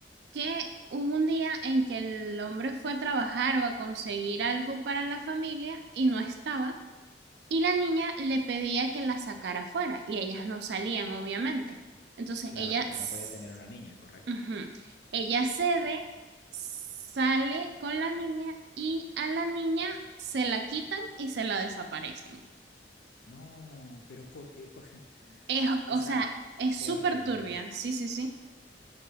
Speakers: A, on the right; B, on the left.
A: que hubo un día en que el hombre fue a trabajar o a conseguir algo para la familia y no estaba Y la niña le pedía que la sacara fuera y ellas no salían, obviamente. Entonces
B: Claro,
A: ella,
B: porque
A: s-
B: no podía tener una niña, ¿correcto?
A: ujú, ella cede, sale con la niña y a la niña se la quitan y se la desaparecen.
B: No, pero porque, <laughs>
A: Es, o
B: o sea,
A: sea, es
B: qué
A: súper
B: horrible
A: turbia, sí, sí, sí.